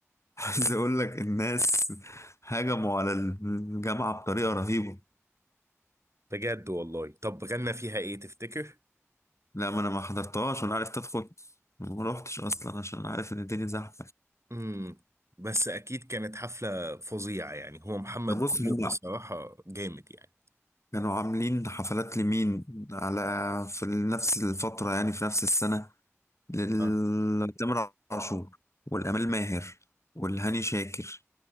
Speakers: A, on the left (about 65°); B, on the right (about 65°).
A: عايز اقول لك الناس هجموا على الجامعة بطريقة رهيبة
B: بجد والله طب غنى فيها ايه تفتكر
A: لا ما انا ما حضرتهاش وانا عرفت ادخل ما روحتش اصلا عشان عارف ان الدنيا زحمة
B: امم بس اكيد كانت حفله فظيعه يعني هو محمد
A: ده بص
B: منير
A: هم
B: بصراحه جامد يعني
A: كانوا عاملين حفلات لمين على في نفس الفترة يعني في نفس السنة لتامر
B: اه
A: عاشور والأمال ماهر والهاني شاكر